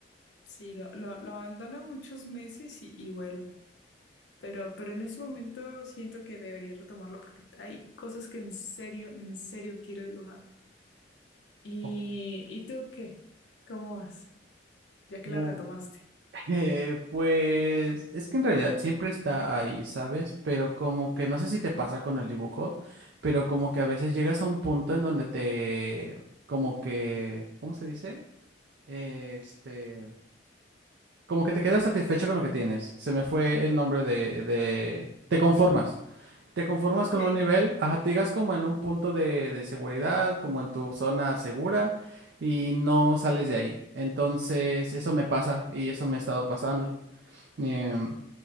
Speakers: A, on the left; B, on the right.
A: sí, lo, lo, lo abandono muchos meses y, y vuelvo. Pero, pero en ese momento siento que debería retomarlo porque hay cosas que en serio, en serio quiero dibujar. ¿Y,
B: Oh,
A: y tú qué? ¿Cómo vas? Ya que
B: wow.
A: la retomaste.
B: Eh, pues es que en realidad siempre está ahí, ¿sabes? Pero como que no sé si te pasa con el dibujo, pero como que a veces llegas a un punto en donde te, como que, ¿cómo se dice? Eh, Este, como que te quedas satisfecho con lo que tienes. Se me fue el nombre de, de, te conformas. Te conformas
A: Ok,
B: con un nivel, ajá, te llegas como en un punto de, de seguridad, como en tu zona segura y no sales de ahí. Entonces, eso me pasa y eso me ha estado pasando. Em,